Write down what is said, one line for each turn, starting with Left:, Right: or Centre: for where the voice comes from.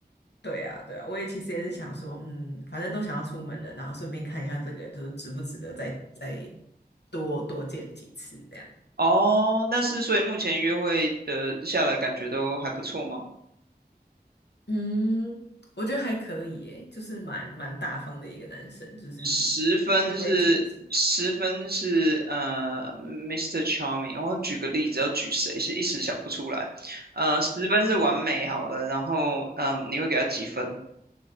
Left: 对啊，对啊，我也其实也是想说，嗯，反正都想要出门了，然后顺便看一下这个，就是值不值得再再多多见几次这样。
Right: 哦，但是所以目前约会的下来感觉都还不错吗？
Left: 嗯，我觉得还可以耶，就是蛮蛮大方的一个男生，就是行为举止，
Right: 十分是十分是呃，Mr. i s t e Charming，我举个例子，要举谁是一时想不出来。呃，十分是完美好了，然后嗯、呃你会给他几分？